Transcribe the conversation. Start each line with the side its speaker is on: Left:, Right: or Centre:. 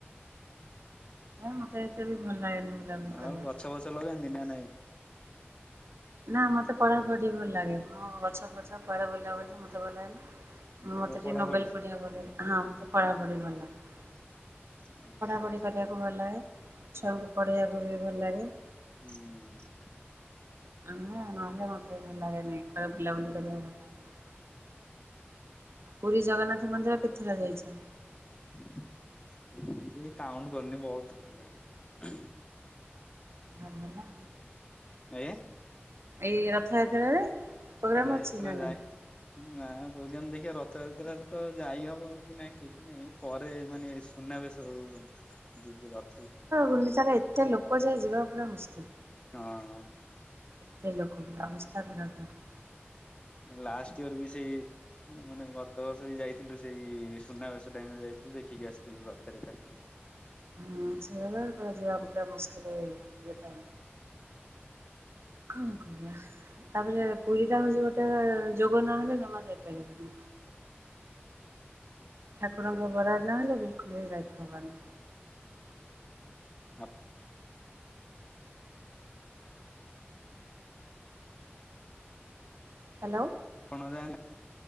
Right: ମତେ ଏତେ ବି ଭଲ ଲାଗେନି ବୁଲାବୁଲି
Left: ଆଉ
Right: କରିବାକୁ।
Left: ଫଛ ଗଛ ଲଗାନ୍ତି ନା ନାଇଁ।
Right: ନା ମତେ ପଢା ପଢି ଭଲ ଲାଗେ। ମୁଁ ଗଛ ପଛ କୁଆଡେ ବୁଲାବୁଲି ମତେ ଭଲ ଲାଗେନି। ମତେ
Left: ଏବେ
Right: ଟିକେ
Left: ପଢାପଢି
Right: ନୋବେଲ ପଢିବାକୁ ଭଲ ଲାଗେ। ହଁ ମତେ ପଢା ପଢି ଭଲ ଲାଗେ।
Left: ହଁ।
Right: ବଢ଼ି ପାରିବାକୁ ଭଲ ଲାଗେ ଛୁଆଙ୍କୁ ପଢ଼େଇବାକୁ ବି ଭଲ ଲାଗେ।
Left: ହୁଁଁ।
Right: ଆମ ଆମ ଅଞ୍ଚଳ ଭଲ ଲାଗେନି କୁଆଡେ ବୁଲା ବୁଲି କରିବାକୁ। ଲାଗେ ପୁରୀ ଜଗନ୍ନାଥ ମନ୍ଦିର କେତେଥର ଯାଇଛ?
Left: କାଉଣ୍ଟ କରିନି ବହୁତ ଥର ହେଇଗଲାଣି।
Right: ଆଉ ଭଲ।
Left: ଆଜ୍ଞା।
Right: ଏଇ ରଥଯାତ୍ରାରେ। ପ୍ରୋଗ୍ରାମ୍
Left: ନାଇଁ
Right: ଅଛି
Left: ଏଥର
Right: ନା ନାଇଁ?
Left: ଯାଇନି। ନା ବହୁତ ଦିନ ଦେଖିବା ରଥଯାତ୍ରାରେ ତ ଯାଇ ହବ କି ନାଇଁ ଠିକ ନାଇଁ ପରେ ମାନେ ସୁନାବେଶ ବେଳକୁ ଆଉ।
Right: ଗୁଣ୍ଡିଚାରେ ଏତେ ଲୋକ ଯେ ଯିବା ପୁରା ମୁସ୍କିଲ୍।
Left: ହଁ
Right: ଏତେ ଲୋକ ଅବସ୍ଥା ଖରାପ ଲାଗ।
Left: ଲାଷ୍ଟ ଇୟର ବି ସେଇ‌ ମାନେ ଗତ ବର୍ଷ ବି ଯାଇଥିଲୁ। ସେଇ ସୁନାବେଶ ଟାଇମ ରେ ଯାଇଥିଲୁ, ଦେଖିକି ଆସିଥିଲୁ ରଥରେ ଖାଲି।
Right: ହୁଁ ସେଇଭଳିଆ ପୁରା ଯିବା ପୁରା ମୁସ୍କିଲ ହେଇଗଲା। କଣ କରିବା? ତାପରେ ପୁରୀଟା ହଉଛି ଗୋଟେ ଯୋଗ ନହଲେ ଜମା ଯାଇପାରିବନି। ଠାକୁରଙ୍କ ବରାଦ ନହଲେ ବିଲକୁଲ ବି ଯାଇତେ ହବନି।
Left: ଆପ୍
Right: ହ୍ୟାଲୋ।
Left: ଆପଣ ଯା